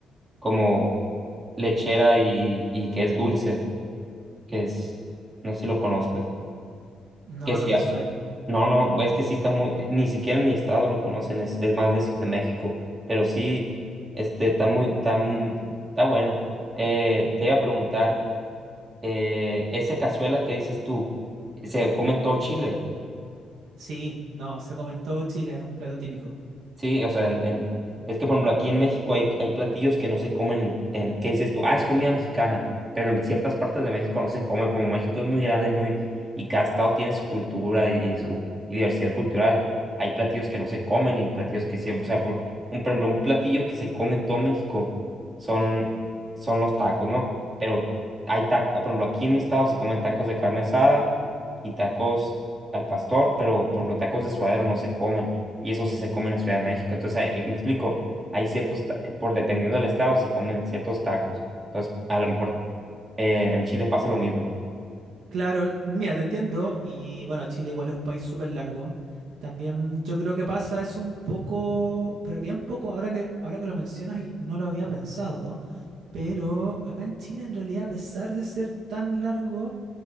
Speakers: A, on the right (about 25°); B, on the right (about 75°).
A: como lechera y, y que es dulce, que es, no sé si lo conozcas,
B: No,
A: que se
B: no me
A: llama
B: suena.
A: No, no, es que sí está muy, ni siquiera en mi estado lo conocen, es, es más de Ciudad de México, pero sí, este, está muy, está, mu- está bueno. Eh, te iba a preguntar, eh, esa cazuela que dices tú, ¿se come en todo Chile?
B: Sí, no, se comentó Chile, es un plato típico.
A: Sí, o sea, en, en- es que por ejemplo aquí en México hay, hay platillos que no se comen en, en, ¿qué dices tú? Ah, es comida mexicana, pero en ciertas partes de México no se come, como México es muy grande, muy, y cada estado tiene su cultura y, y su y diversidad cultural, hay platillos que no se comen y platillos que sí, o sea, por, un, por ejemplo, un platillo que se come en todo México son, son los tacos, ¿no? Pero hay tacos, por ejemplo, aquí en mi estado se comen tacos de carne asada y tacos al pastor, pero por ejemplo, tacos de suadero no se comen y eso sí se come en Ciudad de México. Entonces, hay- me explico, hay ciertos, ta- por dependiendo del estado, se comen ciertos tacos. Entonces, a lo mejor eh, en Chile pasa lo mismo.
B: Claro, l- mira, te entiendo, y bueno, Chile igual es un país súper largo. También yo creo que pasa eso un poco, pero bien poco, ahora que, ahora que lo mencionas y no lo había pensado. Pero acá en Chile, en realidad, a pesar de ser tan largo,